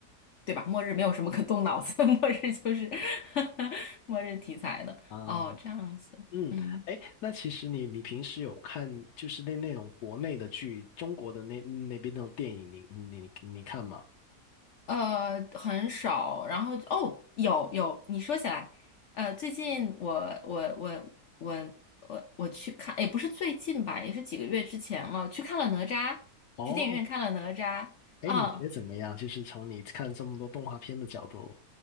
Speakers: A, on the left; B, on the left.
A: 对吧？末日没有什么可动脑子的，<laughs> 末日就是 <laughs> 末日题材的。
B: 啊，
A: 哦，这样子，
B: 嗯，
A: 嗯。
B: 哎，那其实你你平时有看就是那那种国内的剧，中国的那那边那种电影，你你你你看吗？
A: 呃，很少。然后哦，有有，你说起来，呃，最近我我我我我我去看，也不是最近吧，也是几个月之前了，去看了哪吒，
B: 哦，
A: 去电影院看了哪吒。
B: 哎，
A: 啊。
B: 你觉得怎么样？就是从你看这么多动画片的角度，